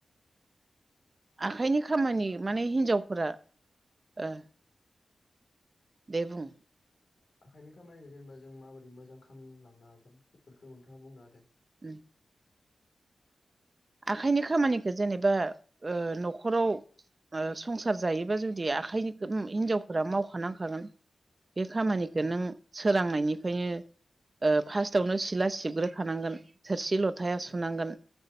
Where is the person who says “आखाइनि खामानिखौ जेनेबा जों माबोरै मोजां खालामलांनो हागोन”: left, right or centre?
Left